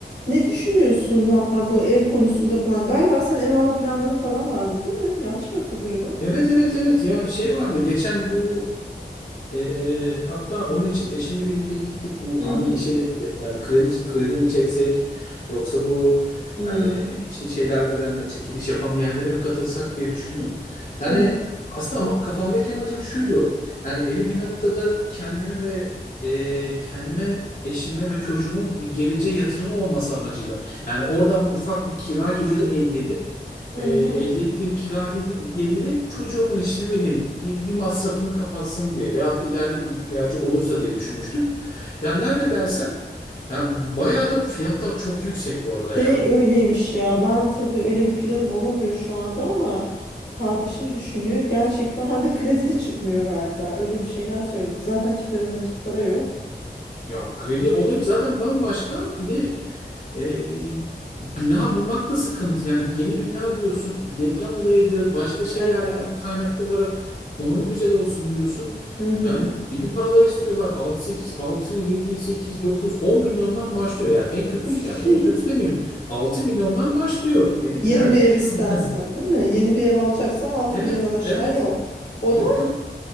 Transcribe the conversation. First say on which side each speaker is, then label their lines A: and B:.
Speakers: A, on the left (about 80°); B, on the left (about 50°).
A: Ne düşünüyorsun valla bu ev konusunda falan? Galiba sen ev alma planların falan vardı, değil mi? Yanlış mı hatırlıyorum?
B: Evet evet evet ya şey vardı geçen bu e, e, hatta onun için eşimle birlikte gittik bu
A: Hı
B: hangi
A: hı.
B: şeyle yani kredi kredi mi çeksek yoksa bu
A: Hmm,
B: yani ev için şeyler verenler çekiliş yapan yerlere mi katılsak diye düşündüm. Yani
A: evet.
B: aslında ama kafamdaki amacım şuydu yani evi bir noktada kendimi ve e, kendime eşime ve çocuğumun bir geleceğe yatırımı olması amacıyla yani oradan bir ufak bir kira geliri elde edip
A: Hı
B: E, elde
A: hı.
B: ettiğim kira gedi- geliri çocuğumun işte ne bileyim bir, bir masrafını kapatsın diye veyahut da ileride bir ihtiyacı olursa diye düşünmüştük. Ya nerede dersen yani bayağı da fiyatlar çok yüksek bu arada ya.
A: De öyleymiş ya. Ben tabii öyle bir planım olamıyor şu anda ama kardeşim düşünüyor. Gerçekten hem de kredi de çıkmıyor galiba. Öyle bir şeyler söyledi. Zaten kimsede nakit para yok.
B: Ya kredi olayı zaten bambaşka. Bir de E, bina bulmak da sıkıntı. Yani bir yeni bina diyorsun, bir deprem olayıdır, başka şeylerden
A: Evet.
B: kaynaklı olarak konumu güzel olsun diyorsun.
A: Hı hı.
B: Yani deli paralar istiyorlar. 6 8 6 7 8 9 10 milyondan başlıyor. Yani en kötüsü
A: <laughs>
B: yani en kötüsü demeyeyim. 6 milyondan başlıyor. Dedim
A: Yeni
B: nerede
A: bir
B: yaşıyorum
A: ev istersen,
B: ben?
A: değil mi? Yeni bir ev alacaksan
B: <laughs>
A: altı
B: Evet,
A: milyondan aşağı
B: evet.
A: yok. O
B: Yok
A: da
B: yok.